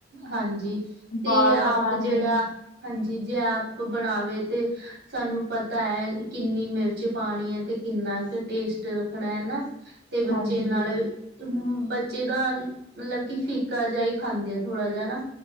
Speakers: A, on the right; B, on the left.
A: ਹਾਂਜੀ
B: ਬਾਹਰ
A: ਤੇ ਆਪ
B: ਪਤਾ
A: ਜਿਹੜਾ
B: ਨੀ
A: ਹਾਂਜੀ ਜੇ ਆਪ ਬਣਾਵੇ ਤੇ ਸਾਨੂੰ ਪਤਾ ਹੈ ਕਿੰਨੀ ਮਿਰਚ ਪਾਣੀ ਹੈ ਤੇ ਕਿੰਨਾ ਕੁ ਟੇਸਟ ਰਖਣਾ ਹਨਾ ਤੇ
B: ਹਾਂਜੀ,
A: ਬੱਚੇ ਨਾਲ ਬੱਚੇ ਦਾ ਮਤਲਬ ਕਿ ਫੀਕਾ ਜਿਹਾ ਹੀ ਖਾਂਦੇ ਆ ਥੋੜਾ ਜਿਹਾ ਨਾ